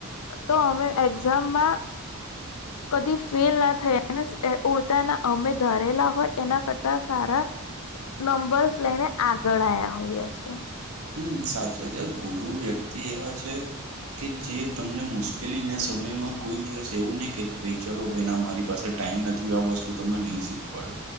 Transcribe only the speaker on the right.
<inaudible>
હમ સાચી વાત છે, ગુરુ વ્યક્તિ એવા છે કે જે તમને મુશ્કેલીના સમયમાં કોઈ દિવસ એવું નહી કે ભાઈ ચલો ભાઈન મારી પાસે ટાઈમ નથી આ વસ્તુ તમને નહીં શીખવાડુ.